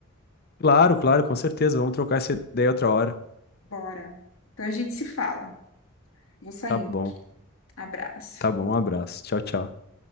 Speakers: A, on the left; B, on the left.
A: Claro, claro, com certeza. Vamos trocar essa ideia outra hora.
B: Bora. Então a gente se fala. Vou saindo.
A: Tá bom.
B: Abraço.
A: Tá bom, um abraço. Tchau, tchau.